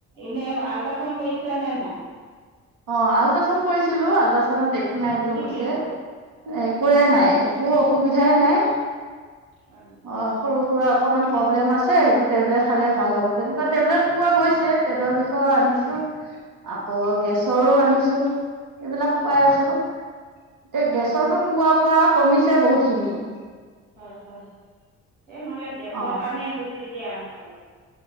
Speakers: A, on the right; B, on the right.
A: এনে আল্ট্ৰাচাউণ্ড কৰিছিলা নে নাই?
B: অ' আল্ট্ৰাচাউণ্ড কৰিছিলো আল্ট্ৰাচাউণ্ডত একো নাই বোলি
A: কি
B: কৈছে।
A: বুলি ক'লে
B: একোৱে নাই একো অসুবিধাই নাই
A: হয় নেকি
B: অ' সৰু-সুৰা অকণমান প্ৰব্লেম আছে সেইটো টেবলেট খালে ভাল
A: হয়
B: হ'ব, তেনেকুৱা টেবলেট খোৱা গৈছে পেটৰ বিষ- ৰ আনিছো
A: হয়
B: আকৌ গেছৰো আনিছো। এইবিলাক
A: হয়
B: খুৱাই
A: হয়
B: আছো। এতিয়া
A: অ',
B: গেছৰটো
A: এই
B: খোৱাৰ পৰা কমিছে বহুতখিনি
A: হয়-হয়, এই নহলে গেছৰ
B: অ
A: কাৰণে হৈছিল দিয়া নহলে